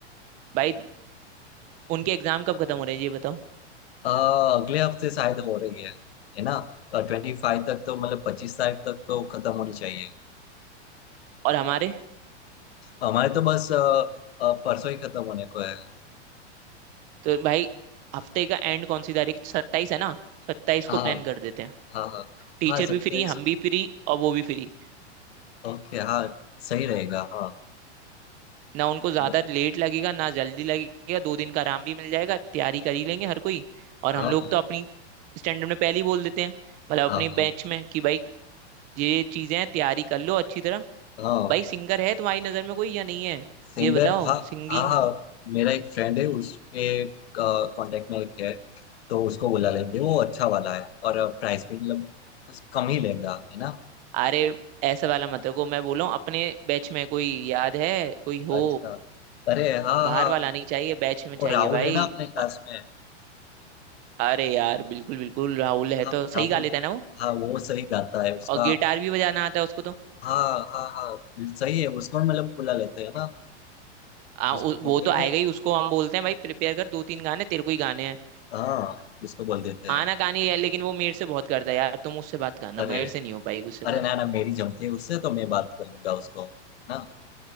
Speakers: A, on the right (about 20°); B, on the left (about 60°).
A: भाई उनके एग्जाम कब खत्म हो रहे हैं ये बताओ
B: आ, अगले हफ्ते शायद हो रही है है ना ट्वेंटी फाइव तक तो मतलब पच्चीस तारीख तक तो खत्म होनी चाहिए
A: और हमारे
B: हमारे तो बस अ, अ, परसों ही खत्म होने को है
A: तो भाई हफ्ते का एंड कौन सी तारीख सत्ताईस है ना सत्ताईस
B: हाँ
A: को प्लान कर देते हैं
B: हाँ हाँ
A: टीचर
B: हाँ सत्यावीस
A: भी फ्री हम भी फ्री और वो भी फ्री
B: ओके हाँ सही रहेगा हाँ
A: ना उनको ज्यादा
B: चलो
A: लेट लगेगा ना जल्दी लगेगा दो दिन का आराम भी मिल जाएगा तैयारी कर ही लेंगे हर कोई और
B: हाँ
A: हम लोग
B: हाँ
A: तो अपनी स्टैंडर्ड में पहले ही बोल देते हैं मतलब
B: हाँ
A: अपने बैच में कि भाई ये ये चीजें हैं तैयारी कर लो अच्छी तरह
B: हाँ
A: भाई सिंगर है तुम्हारी नजर में कोई या नहीं है
B: सिंगर
A: ये बताओ
B: हाँ
A: सिंगिंग
B: हाँ हाँ मेरा एक फ्रेंड है उसके कांटेक्ट में एक है तो उसको बुला लेंगे वो अच्छा वाला है और प्राइस भी मतलब बस कम ही लेगा है ना
A: अरे ऐसा वाला मत रखो मैं बोला हूँ अपने बैच में कोई याद है कोई हो
B: अच्छा अरे हाँ
A: बाहर
B: हाँ
A: वाला नहीं चाहिए बैच में चाहिए
B: वो राहुल
A: भाई
B: है ना अपने क्लास
A: अ-
B: में
A: अरे यार बिल्कुल बिल्कुल राहुल है
B: हाँ
A: तो
B: राहुल
A: सही गा लेता है ना वो
B: हाँ वो सही गाता है उसका
A: और गिटार भी बजाना आता है उसको तो
B: हाँ हाँ हाँ सही है उसको मतलब बुला लेते हैं ना
A: आ,
B: उसको
A: उ,
B: बोल
A: वो
B: देंगे
A: तो आएगा ही उसको हम बोलते हैं भाई प्रिपेयर कर दो तीन गाने तेरे को ही गाने हैं
B: हाँ उसको बोल देते
A: आना
B: हैं
A: गाने है लेकिन वो मेरे से बहुत करता है यार तुम उससे बात करना
B: अरे
A: मेरे से नहीं हो पाएगी उससे
B: अरे
A: बात
B: ना ना मेरी जमती है उससे तो मैं बात कर लूंगा उसको ना